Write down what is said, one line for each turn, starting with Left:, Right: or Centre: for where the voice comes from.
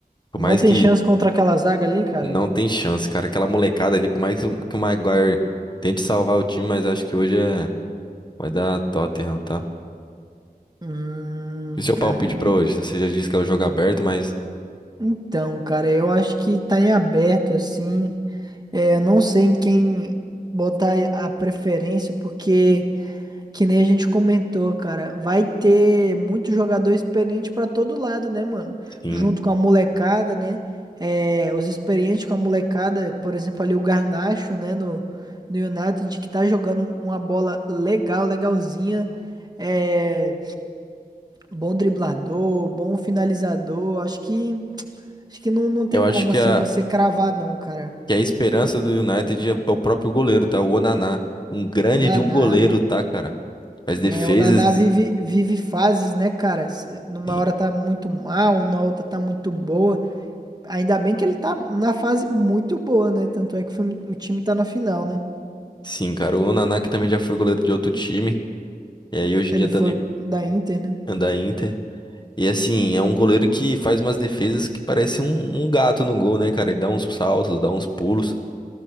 Left: Por
Right: Não
Left: mais
Right: tem
Left: que
Right: chance contra aquela zaga ali, cara?
Left: não tem chance, cara. Aquela molecada ali, por mais que o, que o Maguire tente salvar o time, mas acho que hoje é, vai dar Tottenham, tá?
Right: Hum,
Left: E o seu
Right: caramba.
Left: palpite pra hoje? Você já disse que é um jogo aberto, mas
Right: Então, cara, eu acho que tá em aberto, assim. É, eu não sei em quem botar a preferência, porque. Que nem a gente comentou, cara, vai ter muito jogador experiente pra todo lado, né, mano?
Left: sim.
Right: Junto com a molecada, né? É, os experientes com a molecada, por exemplo, ali o Garnacho, né, no, no United, que tá jogando uma bola legal, legalzinha. É, bom driblador, bom finalizador. Acho que, acho que não, não tem
Left: Eu
Right: como,
Left: acho que
Right: assim,
Left: a,
Right: você cravar, não, cara.
Left: que a esperança do United é é o próprio goleiro, tá? O Onaná. Um grande
Right: O Naná,
Left: de um goleiro,
Right: né?
Left: tá, cara? Faz defesas.
Right: É, o Naná vive, vive fases, né, cara? Se- Numa
Left: Sim,
Right: hora tá muito mal, na outra tá muito boa. Ainda bem que ele tá na fase muito boa, né? Tanto é que o filme- o time tá na final, né?
Left: sim, cara. O Onaná que também já foi goleiro de outro time. E aí hoje
Right: Ele
Left: em dia
Right: foi
Left: tá no
Right: da Inter, né?
Left: anda Inter. E assim, é um goleiro que faz umas defesas que parece um, um gato no gol, né, cara? Ele dá uns saltos, dá uns pulos.